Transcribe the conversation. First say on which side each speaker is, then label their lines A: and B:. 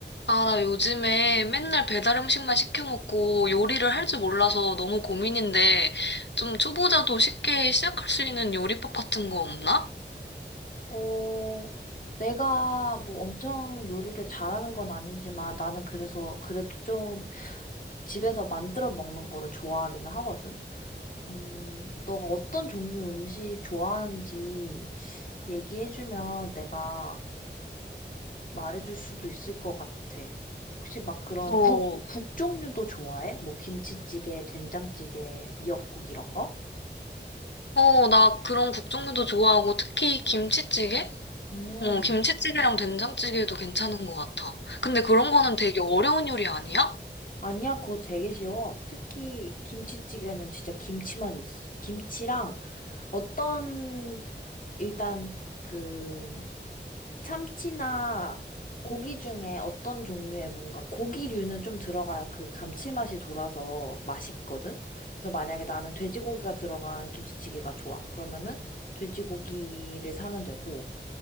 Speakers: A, on the left; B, on the left.
A: 아, 나 요즘에 맨날 배달 음식만 시켜 먹고 요리를 할 줄 몰라서 너무 고민인데 좀 초보자도 쉽게 시작할 수 있는 요리법 같은 거 없나?
B: 어, 내가 뭐 엄청 요리를 잘하는 건 아니지만 나는 그래서 그래도 좀 집에서 만들어 먹는 거를 좋아하기는 하거든? 음, 너가 어떤 종류 음식 좋아하는지 얘기해주면 내가 말해줄 수도 있을 것 같아. 혹시 막 그런
A: 어,
B: 국, 국 종류도 좋아해? 뭐 김치찌개, 된장찌개, 미역국 이런 거?
A: 어, 나 그런 국 종류도 좋아하고 특히 김치찌개?
B: 음.
A: 어, 김치찌개랑 된장찌개도 괜찮은 것 같아. 근데 그런 거는 되게 어려운 요리 아니야?
B: 아니야, 그거 되게 쉬워. 특히 김치찌개는 진짜 김치만 있어. 김치랑 어떤 일단 그 참치나 고기 중에 어떤 종류의 뭔가 고기류는 좀 들어가야 그 감칠맛이 돌아서 맛있거든? 그래서 만약에 나는 돼지고기가 들어간 김치찌개가 좋아. 그러면은 돼지고기를 사면 되고,